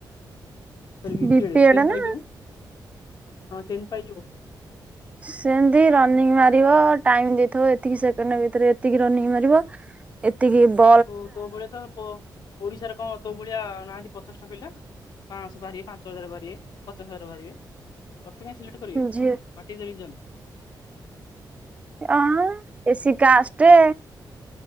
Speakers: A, on the left; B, on the right.
A: ଆରେ ମିଛେରେ
B: ବିପିଏଡ
A: କେନ୍ତି
B: ନା
A: ପାଇଯିବୁ? ହଁ କେନ୍ତି ପାଇ ଯିବୁ?
B: ସେମିତି ରନିଙ୍ଗ୍ ମାରିବ ଟାଇମ୍ ଦେଇଥିବ ଏତିକି ସେକେଣ୍ଡ ଭିତରେ ଏତିକି ରନିଙ୍ଗ୍ ମାରିବ।
A: ହଁ
B: ଏତିକି ବ
A: ଆଉ ତୋ ତୋ ଭଳିଆ ତ ଓ ଓଡିଶାରେ କଣ ତୋ ଭଳିଆ ନାହାନ୍ତି ପଚାଶ ଟା ପିଲା? ପାଁଶହ ବାହାରିବେ ପାଞ୍ଚ ହଜାର ବାହାରିବେ ପଚାଶ ହଜାର ବାହାରିବେ। ତତେ କାଇଁ ସିଲେକ୍ଟ କରିବେ ହ୍ୱଟ୍
B: ଝିଅ
A: ଇଜ୍ ଦ ସିଜନ୍?
B: ଆଁ ଏ ସିି କାଷ୍ଟେ।